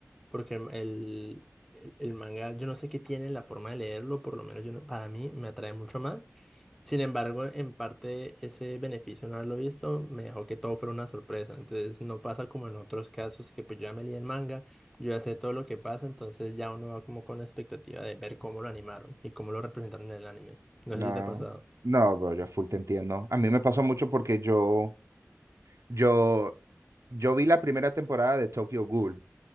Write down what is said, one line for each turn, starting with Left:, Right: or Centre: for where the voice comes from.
Centre: Porque el, el- el- el manga, yo no sé qué tiene la forma de leerlo, por lo menos yo no- para mí me atrae mucho más. Sin embargo, en parte ese beneficio no haberlo visto me dejó que todo fuera una sorpresa. Entonces no pasa como en otros casos que pues yo ya me leí el manga, yo ya sé todo lo que pasa, entonces ya uno va como con la expectativa de ver cómo lo animaron y cómo lo representaron en el anime. No
Right: No,
Centre: sé si te ha pasado.
Right: no, bro, yo full te entiendo. A mí me pasó mucho porque yo, yo, yo vi la primera temporada de Tokyo Ghoul,